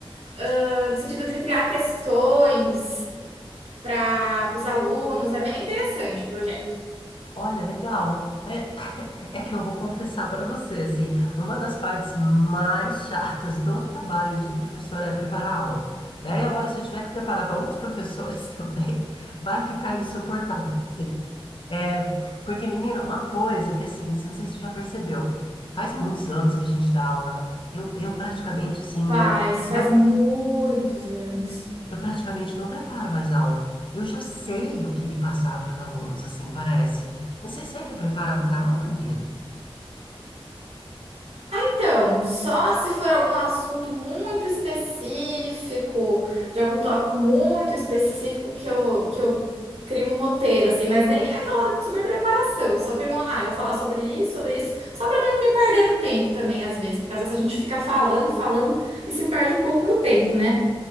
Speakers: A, on the right; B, on the left.
A: ah, no sentido de criar questões para os alunos. É bem interessante o projeto.
B: Olha, legal. É, é que eu vou confessar para você, assim, uma das partes mais chatas do trabalho de professora é preparar a aula. Daí agora, se eu tiver que preparar para outros professores <laughs> também, vai ficar insuportável. assim. É, porque, menina, uma coisa que, assim, não sei se você já percebeu, faz muitos anos que a gente dá aula, né? Eu, eu praticamente, assim, não,
A: Faz, faz
B: não,
A: muitos anos.
B: eu praticamente não preparo mais aula. Eu já sei o que passar para os alunos, assim, parece. Não sei se ainda prepara muita aula, menina.
A: Então, só se for algum assunto muito específico, de algum tópico muito específico que eu, que eu crio um roteiro, assim, mas nem é aquela super preparação, eu só crio um, ah, eu vou falar sobre isso, sobre isso, só para não me perder no tempo também, às vezes, porque às vezes a gente fica falando, falando e se perde um pouco no tempo, né?